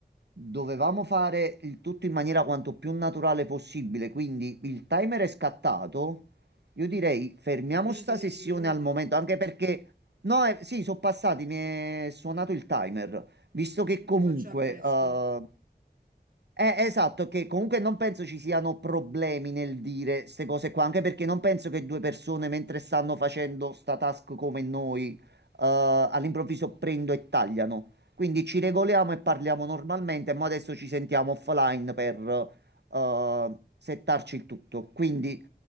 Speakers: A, on the right; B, on the right.
A: Dovevamo fare il tutto in maniera quanto più naturale possibile, quindi il timer è scattato. Io direi fermiamo
B: finito
A: sta
B: i dieci
A: sessione
B: minuti.
A: al momento, anche perché no, eh, sì, sono passati, mi è suonato il timer, visto
B: Ok,
A: che
B: quindi
A: comunque
B: faccio arresta.
A: eh, eh, esatto, che comunque non penso ci siano problemi nel dire queste cose qua, anche perché non penso che due persone mentre stanno facendo sta task come noi, eh, all'improvviso prendo e tagliano. Quindi ci regoliamo e parliamo normalmente, ma adesso ci sentiamo offline per, eh, settarci il tutto. Quindi